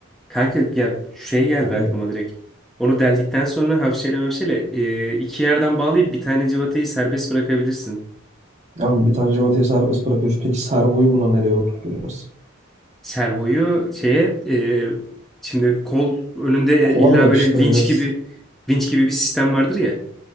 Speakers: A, in the centre; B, on the right.
A: Kanka ya şey geldi
B: Hani
A: aklıma direkt. Onu deldikten sonra hafşeyle mafşeyle e, iki yerden bağlayıp bir tane civatayı serbest bırakabilirsin.
B: Abi bir tane Cevata'yı serbest bırakıyoruz. Peki Servo'yu buna nereye oturtacağız?
A: Servoyu şeye e, şimdi kol önünde
B: Kola
A: illa
B: mı yapıştıracağız?
A: böyle vinç gibi vinç gibi bir sistem vardır ya